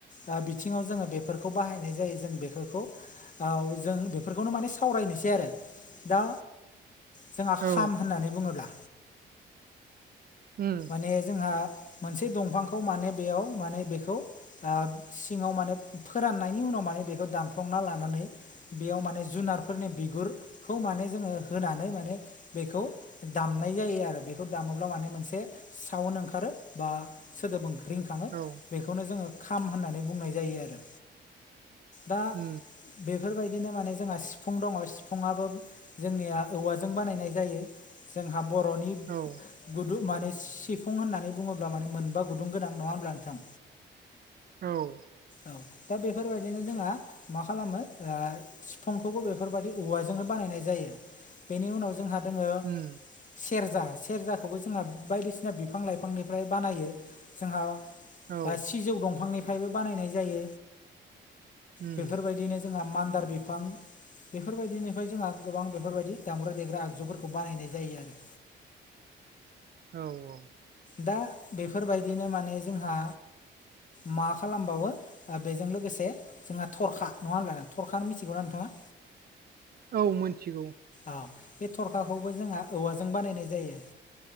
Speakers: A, on the left; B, on the right.
A: ओ बिथिङाव जोङो बेफोरखौ बाहायनाय जायो जों बेफोरखौ औ जों बेफोरखौनो माने सावरायनोसै आरो दा जोंहा खाम
B: औ
A: होननानै बुङोब्ला
B: उम
A: माने जोंहा मोनसे दंफांखौ माने बेयाव माने बेखौ ओ सिङाव माने फोराननायनि उनाव माने बेखौ दानफ्लंना लानानै बेयाव माने जुनारफोरनि बिगुरखौ माने जोङो होनानै माने बेखौ दामनाय जायो आरो बेखौ दामोब्ला माने मोनसे साउन्ड ओंखारो बा सोदोब ओं रिंखाङो।
B: औ
A: बेखौनो जोङो खाम होननानै बुंनाय जायो आरो दा
B: उम
A: बे फोरबायदिनो माने जोंहा सिफुं दङ सिफुुङाबो जोंनिया औवाजों बानायनाय जायो। जोंहा बर'नि
B: औ
A: गुदु माने सिफुं होननानै बुङोब्ला माने मोनबा गुदुं गोनां नङा ओनब्ला नोंथां?
B: औ
A: औ दा बेफोरबायदिनो जोङा मा खालामो ओ सिफुंखौबो बेफोरबायदि औवाजोंनो बानायनाय जायो बेनि उनाव जोंहा दोङो
B: उम
A: सेर्जा सेर्जाखौबो जोङा बायदिसि ना बिफां लाइफांनिफ्राय बानायो जोंहा ओ
B: औ
A: सिजौ दंफांनि फ्रायबो बानायनाय जायो
B: उम
A: बेफोरबायदिनो जोङा मान्दार बिफां बेफोरबायदिनिफ्राय जोङा गोबां बेफोरबायदि दामग्रा देग्रा आगजुफोरखौ बानायनाय जायो आरो।
B: औ औ
A: दा बेफोरबायदिनो माने जोंहा मा खालामबावो बेजों लोगोसे जोङा थरखा नङा होनलाय थरखा मिथिगौना नोंथाङा?
B: औ मोनथिगौ।
A: औ बे थरखाखौबो जोंहा औवाजों बानायनाय जायो